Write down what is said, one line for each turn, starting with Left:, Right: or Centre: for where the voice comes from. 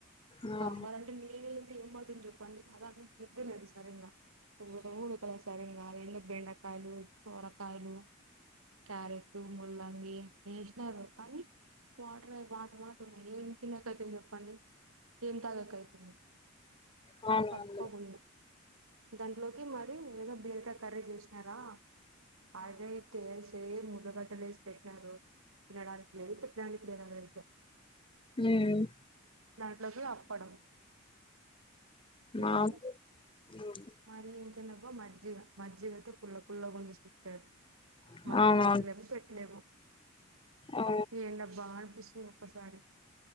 Left: ఆ
Right: సాంబార్ అంటె నీళ్ల లెక్క ఏం బాగుంటుంది చెప్పండి అదా అనేదిలే సరింగా ఊడు ఉడుక లేదు సరింగా ఎందుకు బెండకాయలు సోరకాయలు క్యారెట్ ముల్లంగి వేశినరు కానీ వాటర్ వాటర్ వాట ర్ ఏం తినే కథ చెప్పండి ఏం తగక్ అయితుంది
Left: ఉమ్
Right: సప్ప సప్పగుంది దాంట్లోకి మరి ఏదో బీరకాయ కర్రీ చేశినరా అదై తే ముద్ద గడ్డలు ఏసి పెట్నారు తినడానికి లేదు పెట్టడానికి లేదు అది అదైతే
Left: ఊమ్
Right: దాంట్లోకి అప్పడం
Left: మాకు
Right: లేండి
Left: ఉం
Right: మరి ఇంకెదబ్బ మజ్జిగ మజ్జిగయితే పుల్ల పుల్లగుంది సిస్టర్
Left: అవునవును
Right: మజ్జిగ తిన్లేము పెట్లేము
Left: ఆ
Right: ప ఏంద బ్బా అనిపిస్తుంది ఒక్కసారి